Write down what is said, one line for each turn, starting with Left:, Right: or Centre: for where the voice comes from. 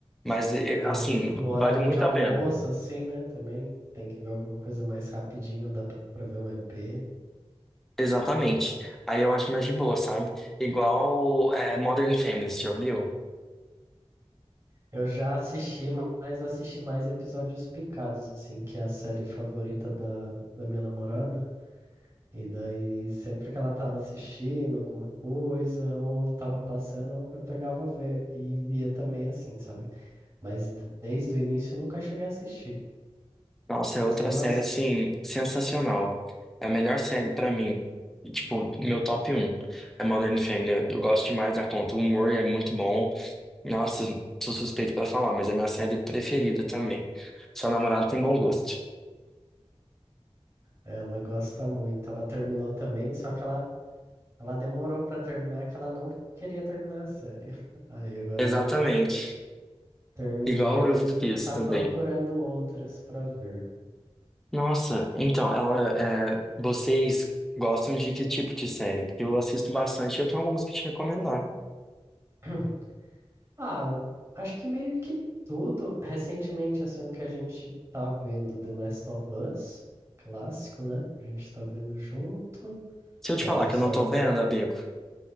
Centre: Mas, eh,
Right: no,
Centre: assim,
Right: no horário
Centre: vale muito
Right: de almoço,
Centre: a pena.
Right: assim, né? Também tem que ver alguma coisa mais rapidinho, dá pra ver um EP.
Centre: Exatamente. Aí eu acho mais de boa, sabe? Igual é, Modern Family, você já viu?
Right: Eu já assisti, mas assisti mais episódios picados, assim, que é a série favorita da, da minha namorada. E daí, sempre que ela tava assistindo alguma coisa, ou tava passando, eu pegava ver e via também, assim, sabe? Mas desde o início eu nunca cheguei a assistir.
Centre: Nossa, é
Right: Você
Centre: outra
Right: gosta?
Centre: série, assim, sensacional. É a melhor série pra mim. Tipo, meu top um é Modern Family. Eu gosto demais da conta. O humor é muito bom. Nossa, sou suspeito pra falar, mas é minha série preferida também. Seu namorado tem bom gosto.
Right: Ela gosta muito. Ela terminou também, só que ela Ela demorou pra terminar que ela não queria terminar a série. <laughs> Aí agora
Centre: Exatamente.
Right: ela terminou
Centre: Igual eu
Right: e
Centre: fiz
Right: tá
Centre: também.
Right: procurando outras pra ver.
Centre: Nossa, então, ela, é, vocês gostam de que tipo de série? Porque eu assisto bastante e eu tenho algumas pra te recomendar.
Right: <clears throat> Ah, acho que meio que tudo. Recentemente, assim, o que a gente tá vendo, The Last of Us, clássico, né? A gente tá vendo junto.
Centre: Se
Right: Falta
Centre: eu te falar que
Right: só
Centre: eu não tô
Right: o-
Centre: vendo, amigo,